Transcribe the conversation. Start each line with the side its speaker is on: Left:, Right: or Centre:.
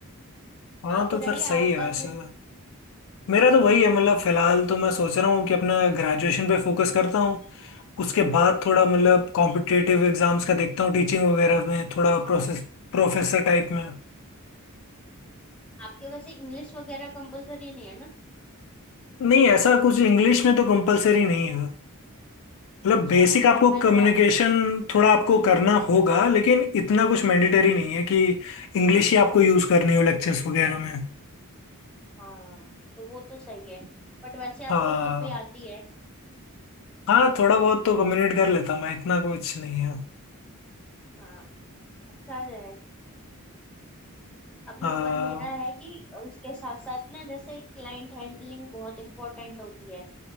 Left: हाँ
Centre: आप
Left: तो
Centre: बताइए
Left: फिर सही
Centre: आपका
Left: है वैसे
Centre: क्या
Left: मेरा तो वही है मतलब फिलहाल तो मैं सोच रहा हूँ कि अपना ग्रेजुएशन पे फोकस करता हूँ उसके बाद थोड़ा मतलब कॉम्पिटिटिव एग्जाम्स का देखता हूँ टीचिंग वगैरह में थोड़ा प्रोसेस प्रोफेसर टाइप में
Centre: आपके वैसे इंग्लिश वगैरह कंपलसरी नहीं है ना
Left: नहीं ऐसा कुछ इंग्लिश में तो कंपलसरी नहीं है मतलब
Centre: अच्छा
Left: बेसिक आपको
Centre: पर वैसे
Left: कम्युनिकेशन
Centre: आप
Left: थोड़ा आपको करना होगा लेकिन इतना कुछ मैंडेटरी नहीं है कि इंग्लिश ही आपको यूज करनी हो लेक्चर्स वगैरह में
Centre: हाँ तो वो तो सही है बट वैसे आपको
Left: हाँ
Centre: फिर भी आती है
Left: हाँ थोड़ा बहुत तो कम्युनिकेट कर लेता मैं इतना कुछ नहीं है
Centre: हाँ अच्छा है अभी
Left: हाँ
Centre: पर मेरा है कि उसके साथ साथ ना जैसे क्लाइंट हैंडलिंग बहुत इंपॉर्टेंट होती है